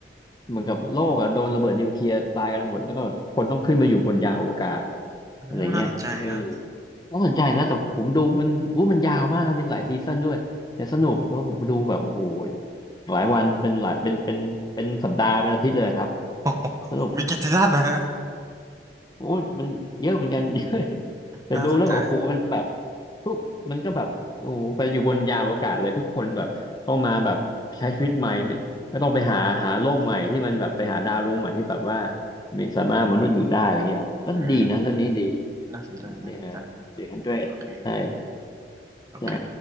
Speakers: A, on the left; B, on the right.
A: เหมือนกับโลกอะโดนระเบิดนิวเคลียร์ตายกันหมดแล้วก็คนต้องขึ้นมาอยู่บนยานอวกาศ
B: โอ้น่าสนใจครับ
A: อะไรเงี้ยเออน่าสนใจนะแต่ผมดูมันวู้มันยาวมากมันเป็นหลายซีซั่นด้วยแต่สนุกแล้วผมดูแบบโอ้โหหลายวันเป็นหลายเป็นเป็นเป็นสัปดาห์เป็นอาทิตย์เลยครับ
B: <laughs> โอ้โห
A: สนุก
B: มีกี่ซีซั่นนะฮะ
A: โอ้ยมันเยอะเหมือนกัน <laughs> เยอะแต่ดูแล้วแบบโอ้โหมันแบบ
B: น่าสนใจ
A: ทุกมันก็แบบโอ้โหไปอยู่บนยานอวกาศเลยทุกคนแบบต้องมาแบบใช้ชีวิตใหม่ไม่ไม่ต้องไปหาหาโลกใหม่ที่มันแบบไปหาดาวดวงใหม่ที่แบบว่ามีสามารถมนุษย์อยู่ได้อะไรเงี้ยก็ดีนะเรื่องนี้ดี
B: อืมน่าสนใจน่าสนใจครับ
A: เนี่ยเด็กฮันเดรดใช่
B: โอเคโอเค
A: ใช่